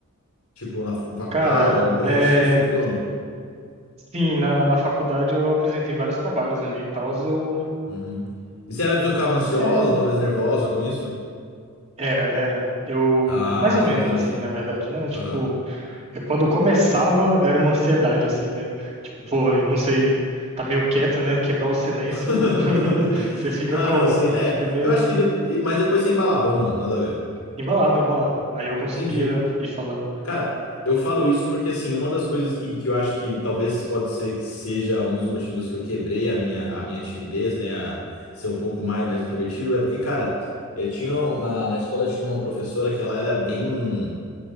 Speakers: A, on the left; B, on the right.
A: Tipo, na fa- faculdade,
B: cara,
A: alguma coisa?
B: é...
A: Você tinha esse costume?
B: Sim, na, na faculdade eu apresentei vários trabalhos ali e tal, eu...
A: Uhum. E se era a pessoa que ficava ansiosa,
B: é,
A: talvez nervosa com isso?
B: Era, era. Eu...
A: Ah,
B: Mais ou menos,
A: entendi.
B: assim, na verdade, né? Tipo,
A: Aham.
B: é quando eu começava, era uma ansiedade, assim, né? Tipo, pô, eu não sei... Tá meio quieto, né? Quebrar o silêncio,
A: <laughs>
B: <laughs> você fica
A: Ah,
B: como?
A: não, sim. É,
B: Fica meio...
A: eu acho que. de- Mas depois você embalava ou não, nada a ver.
B: Embalava, embalava. Aí eu
A: Entendi.
B: conseguia ir falando
A: Cara, eu falo isso porque, assim, uma das coisas que, que eu acho que talvez pode ser que seja um dos motivos que eu quebrei a minha, a minha timidez, né? A ser um pouco mais, mais introvertido, é porque, cara, eu tinha, um- na, na escola tinha uma professora que ela era bem,